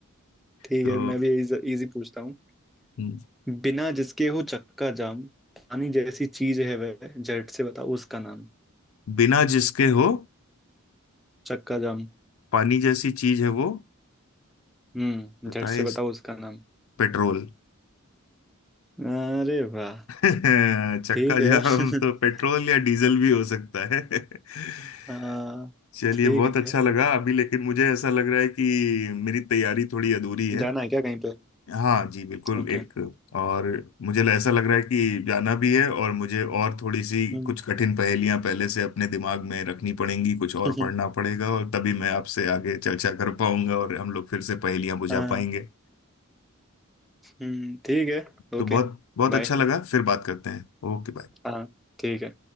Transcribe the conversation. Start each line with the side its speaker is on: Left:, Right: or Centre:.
Centre: ठीक
Left: तो
Centre: है मैं भी इजी पूछता हूँ
Left: हम्म,
Centre: बिना जिसके हो चक्का जाम पानी जैसी चीज है वह झट से बताओ उसका नाम
Left: बिना जिसके हो
Centre: चक्का जाम
Left: पानी जैसी चीज है वो
Centre: हम्म
Left: बताए
Centre: झट से
Left: इस
Centre: बताओ उसका नाम
Left: पेट्रोल
Centre: अरे वाह
Left: <laughs> चक्का
Centre: ठीक है
Left: जाम तो
Centre: <laughs>
Left: पेट्रोल या डीजल भी हो सकता है <laughs>
Centre: हाँ
Left: चलिए
Centre: ठीक
Left: बहुत अच्छा
Centre: है
Left: लगा अभी लेकिन मुझे ऐसा लग रहा है कि मेरी तैयारी थोड़ी अधूरी है
Centre: जाना है क्या कहीं पे
Left: हाँ जी बिल्कुल
Centre: ओके
Left: एक और मुझे ऐसा लग रहा है कि जाना भी है और मुझे और थोड़ी सी
Centre: हम्म
Left: कुछ कठिन पहेलियां पहले से अपने दिमाग में रखनी पड़ेंगी कुछ
Centre: <laughs>
Left: और पढ़ना पड़ेगा और तभी मैं आपसे आगे चर्चा कर पाऊंगा और हम लोग फिर से पहेलियां बुझा
Centre: हाँ
Left: पाएंगे
Centre: हम्म, ठीक है
Left: तो
Centre: ओके
Left: बहुत बहुत
Centre: बाय
Left: अच्छा लगा फिर बात करते हैं Okay bye
Centre: हाँ ठीक है